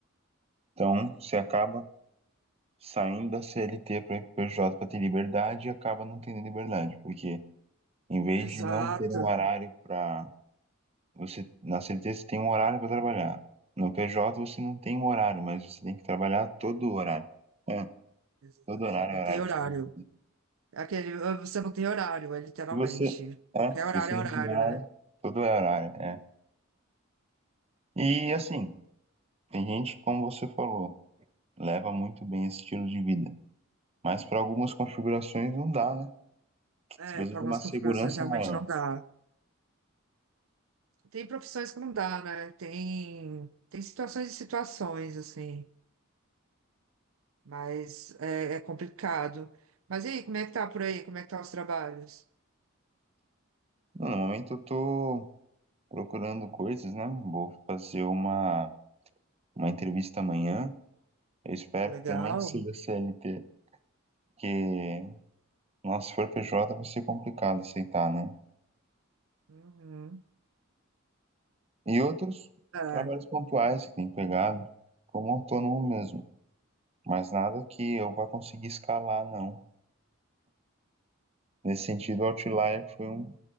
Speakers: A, on the right; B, on the right.
A: Então, você acaba saindo da CLT para ir PJ para ter liberdade e acaba não tendo liberdade, porque em vez
B: Exato,
A: de não ter um horário para você na CLT você tem um horário para trabalhar. No PJ você não tem um horário, mas você tem que trabalhar todo o horário. É,
B: exato.
A: todo horário
B: Não
A: é horário
B: tem horário.
A: de trabalho.
B: É Aquele, "Ah, você não tem horário, é literalmente.
A: Se você é,
B: Qualquer
A: se
B: horário
A: você
B: é
A: não
B: horário,
A: tem horário,
B: né?
A: todo é horário, é. E assim, tem gente, como você falou, leva muito bem esse estilo de vida, mas para algumas configurações não dá, né?
B: É,
A: Você precisa
B: para
A: de
B: algumas
A: uma segurança
B: configurações realmente
A: maior.
B: não dá. Tem profissões que não dá, né? Tem, tem situações e situações, assim. Mas é, é complicado. Mas e aí, como é que tá por aí? Como é que tá os trabalhos?
A: Não, no momento eu tô procurando coisas, né? Vou fazer uma, uma entrevista amanhã. Eu espero
B: Pô, legal.
A: que também seja CLT, porque, nossa, se for PJ vai ser complicado aceitar, né?
B: Uhum.
A: E outros
B: Tá,
A: trabalhos pontuais que tem pegado, como autônomo mesmo. Mas nada que eu vá conseguir escalar, não. Nesse sentido, o Outlier foi um,